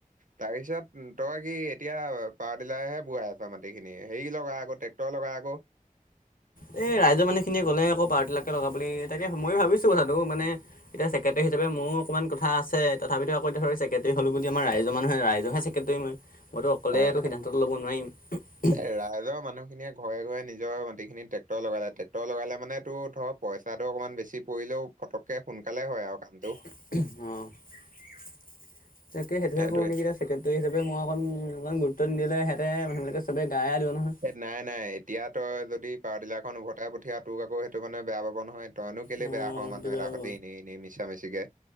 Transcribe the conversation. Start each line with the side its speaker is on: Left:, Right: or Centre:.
Right: তাৰপিছত তই কি এতিয়া পাৱাৰ ডিলাৰেহে বোৱাই আছ মাটিখিনি? হেৰি লগা আকৌ টেক টেক্টৰ লগা আকৌ।
Left: এ ৰাইজৰ মানুহখিনিয়ে গ'লে আক' পাৱাৰ ডিলাকে লগা বুলি। তাকে মইও ভাবিছো কথাটো মানে এতিয়া চেক ক্ৰেটেৰী হিচাপে মোৰো অকমান কথা আছে। তথাপিতো আকৌ এতিয়া ধৰ চেক্ৰেটেৰী হ'লো বুলিয়ে আমাৰ ৰাইজৰ মানুহে ৰাইজৰহে চেক্ৰেটেৰী মই। মইতো অকলে
Right: হয়
Left: এইটো সিদ্ধান্তটো ল'ব নোৱাৰিম। <unintelligible>
Right: এই ৰাইজৰ মানুহখিনিয়ে ঘৰে ঘৰে নিজৰ মাটিখিনি টেক্টৰ লগালে। টেক্টৰ লগালে মানে তোৰ ধৰক পইচাটো অকমান বেছি পৰিলেও ফটককে সোনকালে হয় আও কামটো।
Left: <unintelligible> অ। তাকে সেইটোহে
Right: সেইটোৱে
Left: কৰো নেকি এতিয়া। ছেক্ৰেটেৰী হিচাপে মই অকণ মান গুৰুত্ব নিদিলে হেতে মানুহবিলাকে চবে গা এৰা দিব নহয়।
Right: এই নাই, নাই। এতিয়া তই যদি পাৱাৰ ডিলাৰখন উভতাই পঠিয়া তোক আকৌ সেইটো মানে বেয়া পাব নহয়। তইনো কেলে
Left: অঁ
Right: বেয়া হ
Left: মানুহটো
Right: মানুহ
Left: বেয়া
Right: এটাৰ
Left: হ'ব
Right: সতি এনে এনে মিছা মিছিকে।